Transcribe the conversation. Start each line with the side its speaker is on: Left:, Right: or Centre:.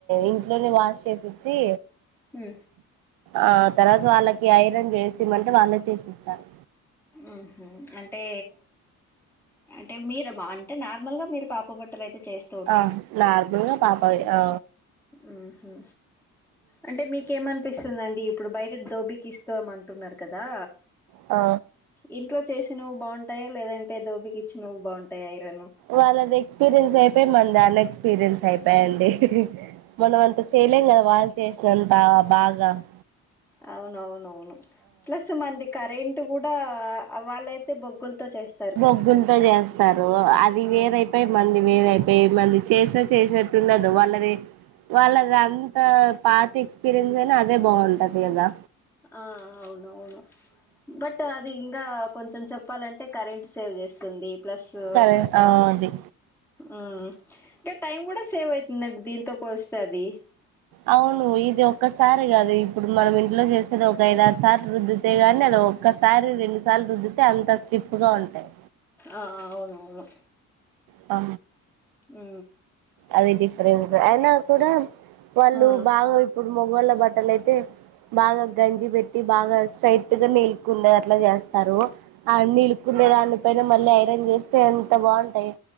Right: ఇంట్లోనే వాష్ చేపిచ్చి
Centre: ఉ
Right: ఆ తర్వాత వాళ్ళకి ఐరన్ చేసిమంటే వాళ్ళే చేసిస్తారు
Centre: ఉహు అంటే అంటే మీద బావుంటే నార్మల్ గా మీరు పాప బట్టలు అయితే చేయిస్త
Right: ఆ నార్మలుగా పాపవి ఆ
Centre: ఉహు అంటే మీకేమనిపిస్తుందండి ఇప్పుడు బయట దోబీకి ఇస్తమంటున్నారు కదా
Right: ఆ
Centre: ఇంట్లో చేసిన నువ్వు బాగుంటయా లేదంటే దోబికిచ్చిన నువ్వు బాగుంటాయ ఐరన్
Right: వాళ్ళది ఎక్స్పీరియన్స్ అయిపోయి మంది అన్ ఎక్స్పీరియన్స్ అయిపయండి మనం అంత చేయలేం కదా వాళ్ళు చేసినంత బాగా ప
Centre: అవునవునవును ప్లస్ మంది కరెంట్ కూడా వాళ్ళయితే బొగ్గులతో చేస్
Right: బొగ్గుల్తో చేస్తారు అది
Centre: ఆ
Right: వేరైపోయి మంది వేరైపోయి మరి చేసే చేసేట్టుండదు వాళ్ళది వాళ్ళదం ద పాత ఎక్స్పీరియన్స్ అయినా అదే బావుంటది కదా
Centre: ఆ అవునవును బట్ అది ఇంకా కొంచెం చెప్పాలం కరెంట్ సేవ్ చేస్తుంది ప్లస్ ఉ
Right: కరె ఆ అది
Centre: ఉ ఇగ టైం కూడా సేవ్ అవుతుందండి దీంతో పోలిస్తే అది
Right: అవును ఇది ఒక్కసారి కాదు ఇప్పుడు మనం ఇంట్లో చేసేది ఒక ఐదారు సార్లు రుద్దుతే కాని అది ఒకసారి రెండు సార్లు రుద్దితే అంత స్టిఫ్ గా ఉంటాయి
Centre: ఆ అవునవును
Right: అ
Centre: ఉ
Right: అది డిఫరెన్స్ అయినా కూడా వాళ్ళు
Centre: ఉమ్
Right: బాగా ఇప్పుడు మొగొళ్ళ బట్టలయితే బాగా గంజి పెట్టి బాగా స్ట్రైట్ గా నీల్కుండే అట్లా చేస్తారు ఆ కుళ్ళే దాని పెట్ ఇగ మళ్ళీ ఐరన్ చేస్తే ఎంత బాగుంటాయి